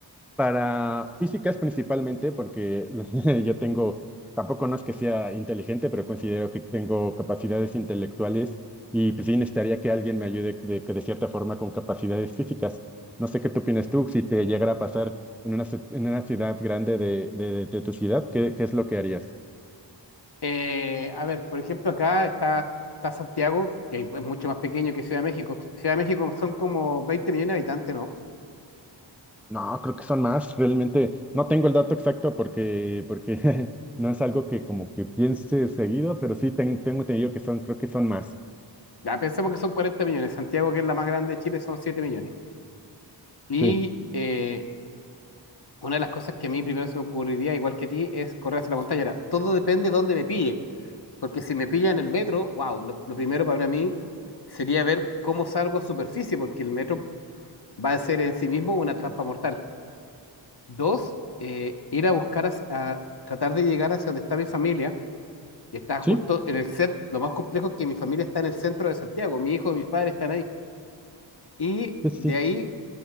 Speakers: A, in the centre; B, on the left.
A: para físicas principalmente, porque <laughs> yo tengo, tampoco no es que sea inteligente, pero considero que tengo capacidades intelectuales y pues sí necesitaría que alguien me ayude de, que de cierta forma con capacidades físicas. No sé qué tú opinas tú, si te llegara a pasar en una, ci- en una ciudad grande de, de, de tu ciudad, ¿qué, qué es lo que harías?
B: Eh, a ver, por ejemplo, acá está, está Santiago, que es mucho más pequeño que Ciudad de México. Ciudad de México son como 20 millones de habitantes, ¿no?
A: No, creo que son más, realmente no tengo el dato exacto porque, porque <laughs> no es algo que como que piense seguido, pero sí ten- tengo entendido que son, creo que son más.
B: Ya, pensemos que son 40 millones. Santiago, que es la más grande de Chile, son 7 millones. Y
A: Sí.
B: eh, una de las cosas que a mí primero se me ocurriría, igual que a ti, es correr hacia la montaña. Ahora, todo depende de dónde me pille. Porque si me pilla en el metro, wow, lo, lo primero para mí sería ver cómo salgo a superficie, porque el metro va a ser en sí mismo una trampa mortal. Dos, eh, ir a buscar, hacia- a, tratar de llegar hacia donde está mi familia, que está justo
A: Sí,
B: en el centro, lo más complejo es que mi familia está en el centro de Santiago, mi hijo y mis padres están ahí. Y
A: sí, sí.
B: de ahí